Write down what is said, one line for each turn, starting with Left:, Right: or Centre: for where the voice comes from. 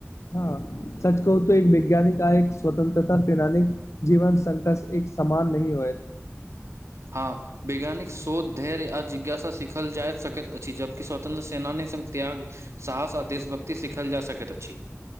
Left: हँ सच कहू तऽ एक वैज्ञानिक आ एक स्वतंत्रता सेनानी जीवन <unintelligible> समान नहि होय
Right: हँ वैज्ञानिक शोध धैर्य आ जिज्ञासा सिखल जा सकैत अछि जबकि स्वतन्त्र सेनानी सन त्याग साहस आ देशभक्ति सिखल जा सकैत अछि